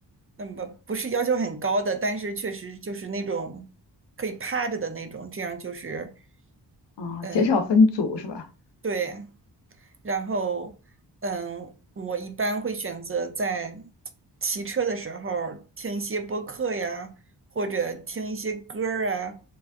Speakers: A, on the right; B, on the left.
A: 嗯，不不是要求很高的，但是确实就是那种可以趴着的那种，这样就是，
B: 啊，
A: 嗯，
B: 减少分组是吧？
A: 对，然后，嗯，我一般会选择在骑车的时候儿听一些播客呀，或者听一些歌儿啊。